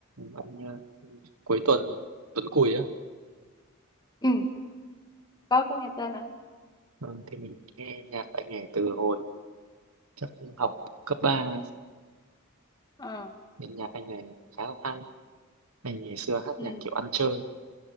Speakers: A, on the right (about 85°); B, on the left (about 20°).
A: anh ờ, cuối tuần tuần cùi á
B: ừ có có nghe tên ảnh
A: Ờ, thì mình nghe nhạc anh này từ hồi chắc học cấp ba
B: à
A: nên nhạc anh này khá là hay anh ngày xưa hát
B: ừ
A: nhạc kiểu ăn chơi